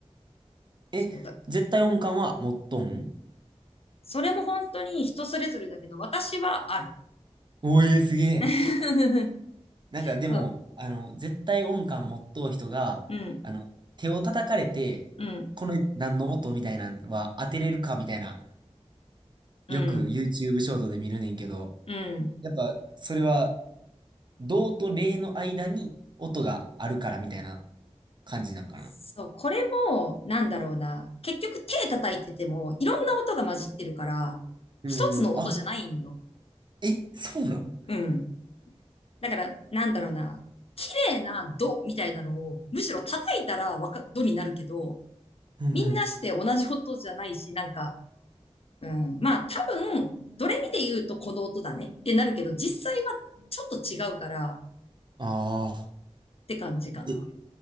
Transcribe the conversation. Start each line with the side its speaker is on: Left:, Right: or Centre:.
Right: ん。
Left: そうだ。
Right: え、絶対音感は持っとん
Left: それも本当に人それぞれだけど、私はある。
Right: おえー、すげえ。
Left: <laughs>
Right: なんかでも、
Left: そう。
Right: あの、絶対音感持っとう人が、
Left: うん、
Right: あの、手を叩かれて、
Left: うん、
Right: この何の音みたいなのは当てれるかみたいな、
Left: うん、
Right: よく YouTube ショートで見るねんけど、
Left: うん。
Right: やっぱそれは、動と霊の間に音があるからみたいな感じなんかな。
Left: そう、これも、なんだろうな。結局手叩いてても、いろんな音が混じってるから、
Right: うーん、
Left: 一つの音じゃないんよ。
Right: あ、え、そうなん
Left: うん。だから、なんだろうな。綺麗なドみたいなのを、むしろ叩いたらわか、ドになるけど、
Right: うんうん。
Left: みんなして同じ音じゃないし、なんか、うん。まあ多分、ドレミで言うとこの音だねってなるけど、実際はちょっと違うからっ
Right: ああ。
Left: て感じかな。
Right: え、